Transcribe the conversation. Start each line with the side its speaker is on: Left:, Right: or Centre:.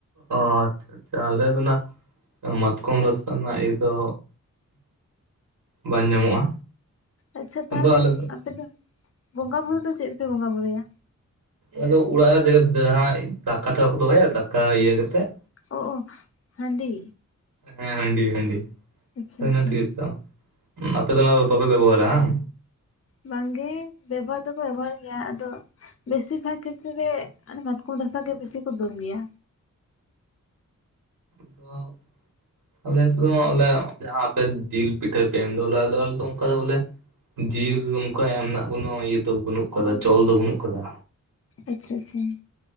Right: ᱚ <unintelligible> ᱟᱞᱮ ᱫᱚ ᱱᱟᱜ ᱢᱟᱛᱠᱚᱢ ᱨᱟᱥᱟ ᱨᱮᱱᱟᱜ ᱤᱭᱟᱹ ᱫᱚ ᱵᱟᱝ ᱧᱟᱢᱚᱜᱼᱟ᱾
Left: ᱟᱪᱪᱷᱟ ᱛᱟᱦᱚᱞᱮ
Right: ᱟᱫᱚ ᱟᱞᱮ
Left: ᱟᱯᱮ ᱫᱚ ᱵᱚᱸᱜᱟ ᱵᱩᱨᱩ ᱫᱚ ᱪᱮᱫ ᱨᱮᱯᱮ ᱵᱚᱸᱜᱟ ᱵᱩᱨᱩᱭᱟ?
Right: ᱟᱫᱚ ᱚᱲᱟᱜ ᱨᱮ <unintelligible> ᱡᱟᱦᱟᱸᱭ ᱫᱟᱠᱟ ᱛᱮ ᱵᱟᱠᱚ ᱫᱚᱦᱚᱭᱟ ᱫᱟᱠᱟ ᱤᱭᱟᱹ ᱠᱟᱛᱮᱜ᱾
Left: ᱚ ᱦᱟᱸᱰᱤ᱾
Right: ᱦᱮᱸ ᱦᱟᱺᱰᱤ ᱦᱟᱺᱰᱤ,
Left: ᱟᱪᱪᱷᱟ
Right: ᱤᱱᱟᱹ
Left: ᱟᱪᱪᱷᱟ
Right: ᱛᱮᱜᱮ ᱛᱚ᱾ ᱟᱯᱮ ᱫᱚ ᱚᱱᱟ ᱵᱟᱯᱮ ᱵᱮᱵᱚᱦᱟᱨᱟ ᱵᱟᱝ
Left: ᱵᱟᱝ ᱜᱮ ᱵᱮᱵᱚᱦᱟᱨ ᱫᱚᱠᱚ ᱵᱮᱵᱚᱦᱟᱨ ᱜᱮᱭᱟ ᱟᱫᱚ ᱵᱮᱥᱤᱨ ᱵᱷᱟᱜᱽ ᱠᱷᱮᱛᱨᱮ ᱨᱮ ᱢᱟᱛᱠᱚᱢ ᱨᱟᱥᱟ ᱜᱮ ᱵᱮᱥᱤ ᱠᱚ ᱫᱩᱞ ᱜᱮᱭᱟ᱾
Right: <inaudible> ᱟᱞᱮ ᱥᱮᱫ ᱢᱟ ᱟᱞᱮ ᱡᱟᱦᱟᱸ ᱟᱯᱮ ᱡᱤᱞ ᱯᱤᱴᱷᱟᱹ ᱯᱮ ᱮᱢ ᱮᱢᱫᱚ ᱟᱞᱮ ᱫᱚ ᱵᱟᱞᱮ ᱫᱚ ᱟᱱᱠᱟ ᱵᱟᱞᱮ ᱡᱤᱞ ᱚᱱᱠᱟ ᱮᱢ ᱨᱮᱱᱟᱜ ᱠᱚᱱᱚ ᱤᱭᱟᱹ ᱫᱚ ᱵᱟᱹᱱᱩᱜ ᱠᱟᱫᱟ ᱪᱚᱞ ᱫᱚ ᱵᱟᱹᱱᱩᱜ ᱠᱟᱫᱟ᱾
Left: ᱟᱪᱪᱷᱟ ᱟᱪᱪᱷᱟ